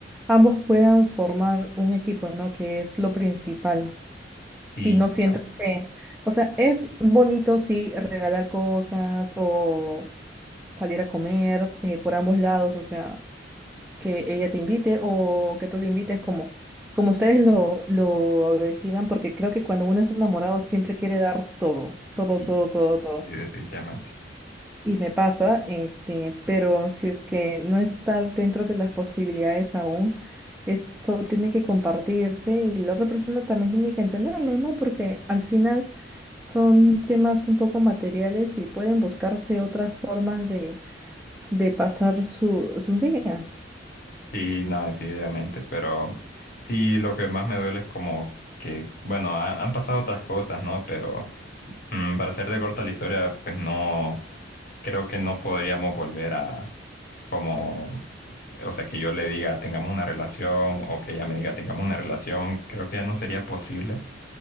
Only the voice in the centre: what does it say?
ambos puedan formar un equipo, ¿no? Que es lo principal.
Y no
sientas que, o sea, es bonito sí regalar cosas o salir a comer eh, por ambos lados, o sea, que ella te invite o que tú le invites como, como ustedes lo, lo decidan, porque creo que cuando uno es enamorado siempre quiere dar todo, todo,
todo, todo, todo.
Y me pasa, este, pero si es que no está dentro de las posibilidades aún, eso tiene que compartirse y la otra persona también tiene que entenderlo, ¿no? Porque al final son temas un poco materiales y pueden buscarse otras formas de, de pasar su- sus días.